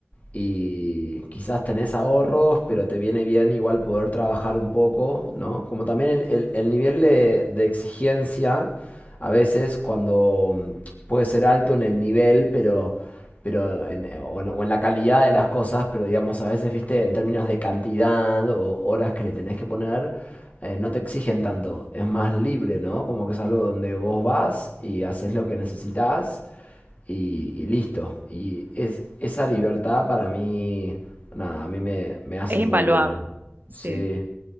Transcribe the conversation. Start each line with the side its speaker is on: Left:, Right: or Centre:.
Left: y quizás tenés ahorros, pero te viene bien igual poder trabajar un poco, ¿no? Como también el, el- el nivel de, de exigencia a veces cuando mm, puede ser alto en el nivel, pero pero en, o, en- o en la calidad de las cosas, pero digamos, a veces, viste, en términos de cantidad o horas que le tenés que poner, eh, no te exigen tanto. Es más libre, ¿no? Como que es algo donde vos vas y haces lo que necesitas y, y listo. Y es, esa libertad para mí, nada, a mí me, me hace
Right: Es invaluable,
Left: muy bien.
Right: sí.
Left: Sí,